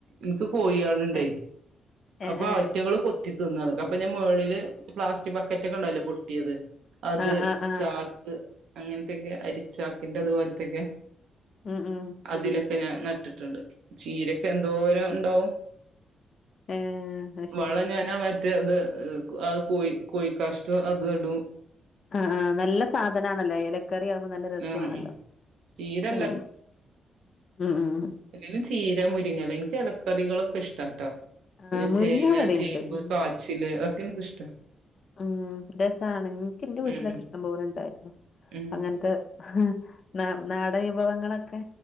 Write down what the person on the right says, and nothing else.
ഇൻക്ക് കോഴിയാ ണ്ടെഅപ്പൊ
അവറ്റകൾ കൊത്തി തിന്നാണ്തൊ പിന്നെ മേളില് പ്ലാസ്റ്റിക് ബക്കറ്റൊക്കെ ഉണ്ടാവുല്ലെ പൊട്ടിയത് അത്
ചാക്ക് അങ്ങൻത്തൊക്കെ അരിച്ചാക്കിന്റെതുപോലത്തെക്കെ.
അതിലൊക്കെ ഞാൻ നട്ടിട്ടുണ്ട്. ചീരൊക്കെ എന്തോരം ഉണ്ടാവും.
വള ഞാനാ മറ്റേ ത് അ് അഅ് കോഴി കോഴി കാഷ്ട അതൂടും.
ആഹ് ഉം ചീര
എല്ലേലും ചീര മുരിങ്ങലിം ഇൻക്ക് എലക്കറികളൊക്കെ ഇഷ്ടാട്ടോ.
പിന്നെ
ചേന,
ചേമ്പ്,
കാച്ചില് അതക്കെ ഇൻക്ക് ഇഷ്ട.
ഉം ഉം
ഉം
ഉം